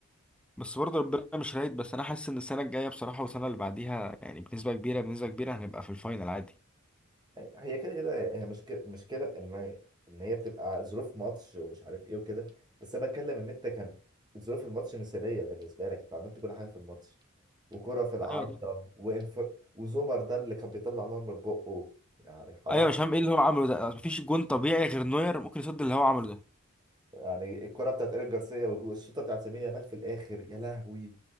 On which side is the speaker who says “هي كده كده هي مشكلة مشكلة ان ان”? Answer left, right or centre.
Right